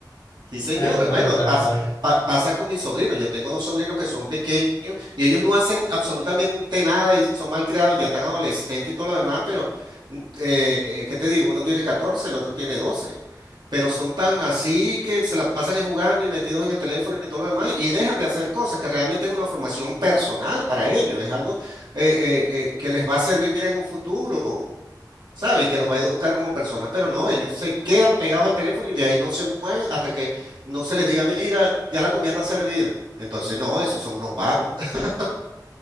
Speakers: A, on the right; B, on the left.
A: Sí, señora.
B: tal cual,
A: Bueno,
B: tal
A: pas-
B: cual.
A: pa- pasa con mis sobrinos. Yo tengo dos sobrinos que son pequeños y ellos no hacen absolutamente nada y son mal criados, ya están adolescentes y todo lo demás, pero mm, eh, eh, ¿qué te digo? Uno tiene 14, el otro tiene 12, pero son tan así que se la pasan es jugando y metidos en el teléfono y todo lo demás y dejan de hacer cosas que realmente es una formación personal para ellos, es algo eh, eh, eh, que les va a servir en un futuro. ¿sabe? Y que los va a educar como personas, pero no, ellos se quedan pegados al teléfono y de ahí no se mueven hasta que no se les diga, mira, ya la comida está servida. Entonces, no, esos son unos vagos. <laughs>